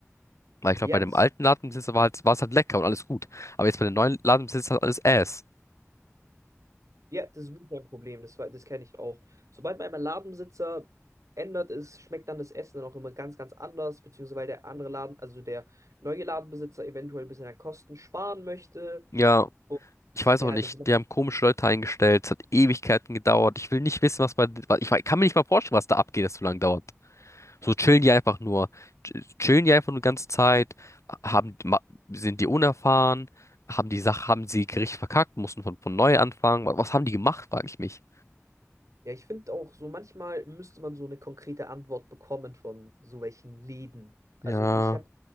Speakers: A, on the left; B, on the right.
A: Weil ich glaube,
B: Ja,
A: bei dem
B: das
A: alten
B: ist,
A: Ladenbesitzer war halt, war es halt lecker und alles gut. Aber jetzt bei dem neuen Ladenbesitzer hat alles Ass.
B: ja, das ist wirklich ein Problem. Das, war- das kenne ich auch. Sobald man einmal Ladensitzer ändert ist, schmeckt dann das Essen dann auch immer ganz, ganz anders, beziehungsweise weil der andere Laden, also der neue Ladenbesitzer eventuell ein bisschen an Kosten sparen möchte.
A: Ja,
B: Und
A: ich weiß
B: ja,
A: auch nicht.
B: das,
A: Die haben komische Leute eingestellt. Es hat Ewigkeiten gedauert. Ich will nicht wissen, was bei, wa- ich wei- kann mir nicht mal vorstellen, was da abgeht, das so lange dauert. So chillen die einfach nur. Ch- Chillen die einfach nur die ganze Zeit, haben, ma- sind die unerfahren, haben die Sache, haben sie Gericht verkackt, mussten von, von neu anfangen. Was, was haben die gemacht, frage ich mich.
B: ja, ich finde auch so, manchmal müsste man so eine konkrete Antwort bekommen von so welchen Läden. Also
A: Ja,
B: ich habe